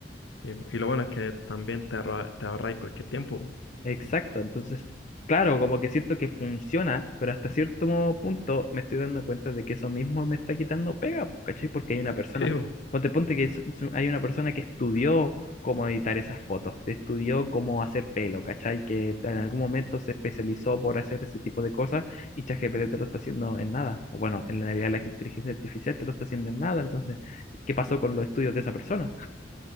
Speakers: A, on the left; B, on the left.
A: Y, y lo bueno es que también te ahorra, te ahorráis cualquier tiempo.
B: Exacto, entonces, claro, como que siento que funciona, pero hasta cierto mo- punto me estoy dando cuenta de que eso mismo me está quitando pega, pues, ¿cachai? Porque hay una persona,
A: Sí, po.
B: ponte, ponte que es- es- hay una persona que estudió cómo editar esas fotos, te estudió cómo hacer pelo, ¿cachai? Que en algún momento se especializó por hacer ese tipo de cosas y ChatGPT te lo está haciendo en nada. O bueno, en realidad la inteligencia artificial te lo está haciendo en nada, entonces, ¿qué pasó con los estudios de esa persona?